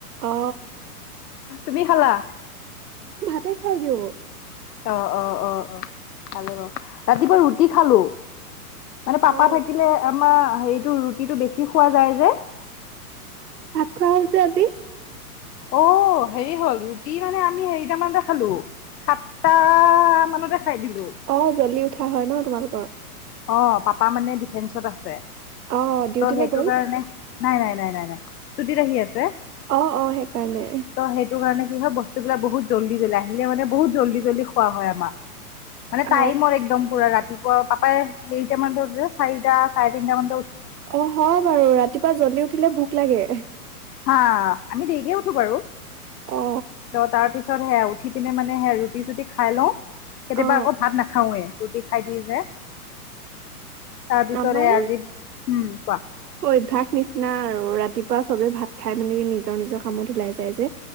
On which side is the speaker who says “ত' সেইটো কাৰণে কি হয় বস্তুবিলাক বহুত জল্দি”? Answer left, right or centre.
Left